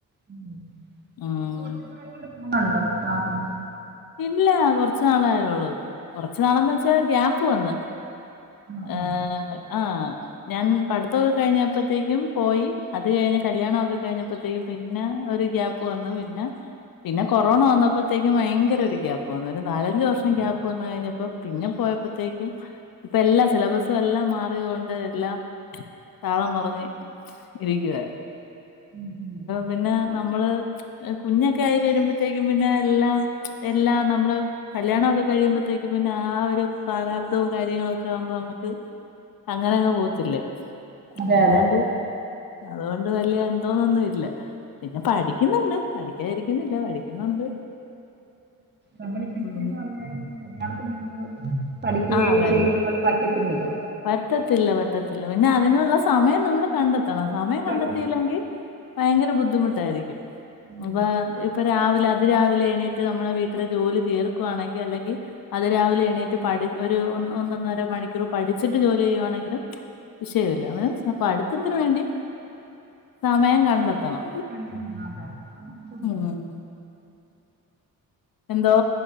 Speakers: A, on the right; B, on the left.
A: ഉമ്
B: ഉം
A: പോഒത്തിരി നാള് കൊണ്ട് പോകുന്നുണ്ടോ ക്ലാസിനു
B: ഇല്ല കൊറച്ചു നാളായള്ളൂ കൊറച് നാളന്ന് വെച്ചാ ഗ്യാപ്പ് വന്ന്
A: ആ, ആ.
B: എഹ് ആഹ് ഞാൻ പഠിത്തമൊക്കെ കഴിഞ്ഞപ്പോത്തേക്കും പോയി അത് കഴിഞ്ഞ കല്യാണക്കെ കഴിഞ്ഞപ്പോഴത്തേക്കും പിന്നെ ഒരു ഗ്യാപ്പ് വന്ന് പിന്നെ പിന്നെ കൊറോണ വന്നപ്പോഴത്തേക്കും ഭയ ഭയങ്കര ഒരു ഗ്യാപ്പ് വന്ന് ഒരു നാലഞ്ചു വർഷം
A: ആണല്ലേ?
B: ഗ്യാപ്പ് വന്ന് കഴിഞ്ഞപ്പം പിന്നെ പോയപ്പോഴത്തേക്കും ഇപ്പം എല്ലാം സിലബസും എല്ലാം മാറിയതുകൊണ്ട് എല്ലാം താളം മറിഞ്ഞ് ഇരിക്കുവാ
A: ഉം, ഉം.
B: പിന്നെ നമ്മള് കുഞ്ഞൊക്കെ ആയി കഴിയുമ്പോത്തേക്കും പിന്നെ എല്ലാം എല്ലാം നമ്മള് കല്യാണം ഒക്കെ കഴിയുമ്പോഴത്തേക്കും പിന്നെ ആ ഒരു പ്രാരാബ്ദവും കാര്യങ്ങളും ഒക്കെ ആവുമ്പോ നമുക്ക് അങ്ങനെ അങ്ങ് പോത്തില്ലേ
A: അതെ
B: അതുകൊണ്ട്
A: അതെ
B: അതുകൊണ്ട് വലിയ എന്തോന്നൊന്നും ഇല്ല പിന്നെ പഠിക്കുന്നുണ്ട് പഠിക്കാതിരിക്കുന്നില്ല പഠിക്കുന്നുണ്ട്
A: നമ്മള് കെട്ടിയെന്ന്
B: ഉം
A: പറഞ്ഞാലും കല്യാണത്തിന് മുമ്പ് പഠിക്കുകയൊക്കെ
B: ആ കല്യാ
A: ചെയ്യുന്നത് പോലെ പറ്റത്തില്ലല്ലോ
B: പറ്റത്തില്ല പറ്റത്തില്ല പിന്നെ അതിനുള്ള സമയം നമ്മള് കണ്ടെത്തണം സമയം
A: പണ്ടൊക്കെ
B: കണ്ടെത്തിയില്ലെങ്കി ഭയങ്കര ബുദ്ധിമുട്ടായിരിക്കും.
A: ഉം.
B: അപ്പം ഇപ്പം രാവിലെ അതിരാവിലെ എണീറ്റ് നമ്മള് വീട്ടിലെ ജോലി തീർക്കുവാണെങ്കിൽ അല്ലെങ്കി അത് രാവിലെ എണീറ്റ് പടി ഒരു ഒന്ന് ഒന്നര മണിക്കൂറ് പഠിച്ചിട്ട് ജോലി ചെയ്യുവാണെങ്കിലും വിഷയമില്ല അപ്പൊ പടുത്തത്തിന് വേണ്ടി സമയം കണ്ടെത്തണം
A: കണ്ടെത്തണം അതാണ് നമ്മക്ക്
B: ഉം എന്തോ